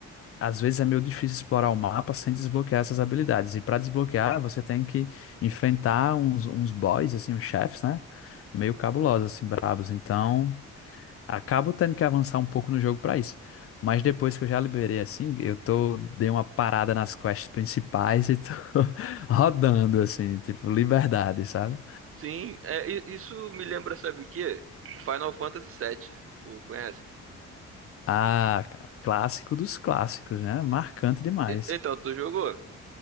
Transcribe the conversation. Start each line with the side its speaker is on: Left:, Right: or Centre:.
Left: Às vezes é meio difícil explorar o mapa sem desbloquear essas habilidades. E para desbloquear, você tem que enfrentar uns, uns boys, assim, uns chefes, né? Meio cabulosos, assim, brabos. Então, acabo tendo que avançar um pouco no jogo para isso. Mas depois que eu já liberei, assim, eu tô, dei uma parada nas quests principais e tô <laughs> rodando, assim, tipo, liberdade, sabe?
Right: Sim, é, i- isso me lembra, sabe o quê? Final Fantasy VII. Tu conhece?
Left: Ah, cara, clássico dos clássicos, né? Marcante demais.
Right: E- Então, tu jogou?